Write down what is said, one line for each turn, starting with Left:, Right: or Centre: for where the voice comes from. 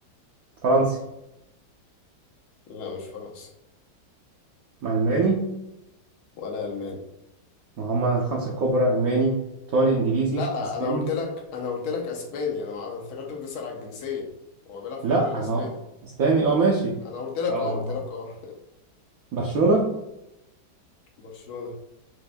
Right: فرنسي
Left: لا مش فرنسي
Right: مع الماني
Left: ولا الماني
Right: ما هم الخمسة الكبرى الماني ايطالي انجليزي
Left: لا
Right: اسباني
Left: انا قلت لك انا قلت لك اسباني انا ما افتكرت بتسأل على الجنسيه هو بيلعب في
Right: لا
Left: الدوري الاسباني
Right: آه، اسباني اه ماشي
Left: انا قلت لك
Right: آه،
Left: اه قلت لك اه
Right: برشلونة
Left: <laughs> برشلونه